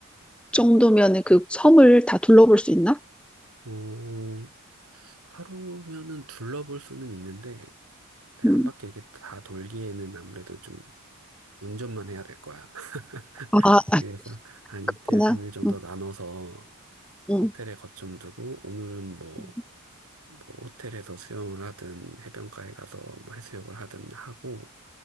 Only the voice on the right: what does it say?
뭐 하루면은 둘러볼 수는 있는데 네,
한 바퀴 이렇게 다 돌기에는 아무래도 좀 운전만 해야 될 거야. <laughs>
그래서 한 이틀,
삼일 정도
나눠서
호텔에 거점 두고 오늘은 뭐,
뭐 호텔에서 수영을 하든 해변가에 가서 뭐 해수욕을 하든 하고